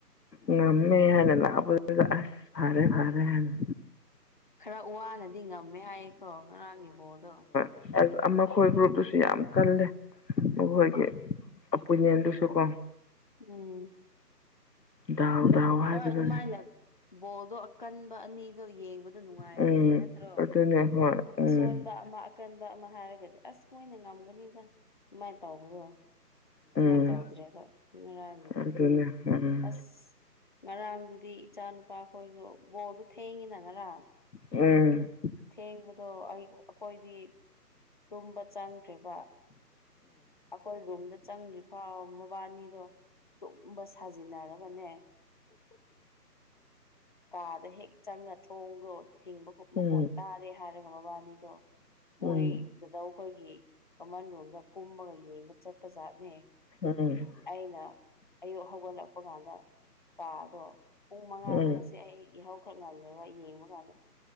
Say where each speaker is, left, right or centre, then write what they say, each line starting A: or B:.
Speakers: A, on the left; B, on the left.
A: ꯉꯝꯃꯦ ꯍꯥꯏꯅ ꯂꯥꯄꯗꯨꯕ ꯑꯁ ꯐꯔꯦ ꯐꯔꯦ ꯍꯥꯏꯅ
B: ꯈꯔ ꯋꯥꯅꯗꯤ ꯉꯝꯃꯦ ꯍꯥꯏꯌꯦꯀꯣ ꯉꯔꯥꯡ ꯕꯣꯜꯗꯣ
A: ꯑꯦꯁ ꯑꯃꯈꯣꯏ ꯒ꯭ꯔꯨꯞꯇꯨꯁꯨ ꯌꯥꯝ ꯀꯜꯂꯦ ꯃꯈꯣꯏꯒꯤ
B: ꯎꯝ
A: ꯑꯄꯨꯌꯦꯟꯗꯨꯁꯨ ꯀꯣ
B: ꯎꯝ
A: ꯗꯥꯎ ꯗꯥꯎ ꯍꯥꯏꯕꯗꯨꯅꯦ
B: ꯍꯣꯏ ꯑꯗꯨꯃꯥꯏꯅ ꯕꯣꯜꯗꯣ ꯑꯀꯟꯕ ꯑꯅꯤꯗꯣ ꯌꯦꯡꯕ ꯑꯗꯨ ꯅꯨꯡꯉꯥꯏꯕꯅꯦ
A: ꯎꯝ
B: ꯅꯠꯇ꯭ꯔꯣ
A: ꯑꯗꯨꯅꯦ ꯍꯣꯏ ꯎꯝ
B: ꯑꯁꯣꯟ ꯕ ꯑꯃ ꯑꯀꯟꯕ ꯑꯃ ꯍꯥꯏꯔꯒꯗꯤ ꯑꯁ ꯃꯣꯏꯅ ꯉꯝꯒꯅꯤꯗ ꯑꯗꯨꯃꯥꯏꯅ ꯇꯧꯕꯗꯣ ꯑꯗꯨꯃꯥꯏꯟ
A: ꯎꯝ
B: ꯇꯧꯗ꯭ꯔꯦꯕ ꯉꯔꯥꯡꯒꯤꯗꯨꯗꯤ
A: ꯑꯗꯨꯅꯦ ꯎꯝ
B: ꯑꯁ ꯉꯔꯥꯡꯗꯨꯗꯤ ꯏꯆꯥ ꯅꯨꯄꯥ ꯑꯩꯈꯣꯏꯁꯨ ꯕꯣꯜꯗꯨ ꯊꯦꯡꯉꯤꯅ ꯉꯔꯥꯡ
A: ꯎꯝ
B: ꯊꯦꯡꯕꯗꯣ ꯑꯩ ꯑꯩꯈꯣꯏꯗꯤ ꯇꯨꯝꯕ ꯆꯪ ꯈ꯭ꯔꯦꯕ ꯑꯩꯈꯣꯏ ꯔꯨꯝꯗ ꯆꯪꯗ꯭ꯔꯤꯐꯥꯎ ꯃꯕꯥꯅꯤꯗꯣ ꯕ ꯁꯥꯖꯤꯟꯅꯔꯒꯅꯦ ꯀꯥꯗ ꯍꯦꯛ ꯆꯪꯉ ꯊꯣꯡꯗꯣ ꯊꯤꯡꯕ ꯈꯣꯛ
A: ꯎꯝ ꯎꯝ
B: ꯃꯈꯣꯟ ꯇꯥꯔꯦ ꯍꯥꯏꯔꯒ ꯃꯕꯥꯅꯤꯗꯣ ꯃꯣꯏꯗꯨꯗ
A: ꯎꯝ
B: ꯑꯩꯈꯣꯏꯒꯤ ꯀꯃꯟ ꯔꯣꯝꯗ ꯀꯨꯝꯃꯒ ꯌꯦꯡꯕ ꯆꯠꯄ ꯖꯥꯠꯅꯦ
A: ꯎꯝ
B: ꯑꯩꯅ ꯑꯌꯨꯛ ꯍꯧꯒꯠꯂꯛꯄ ꯀꯥꯟꯗ ꯀꯥꯗꯣ ꯄꯨꯡ ꯃꯉꯥꯗ
A: ꯎꯝ
B: ꯉꯁꯤ ꯑꯩ ꯌꯥꯍꯧ ꯈꯔ ꯉꯜꯂꯦꯕ ꯌꯦꯡꯕ ꯀꯥꯟꯗ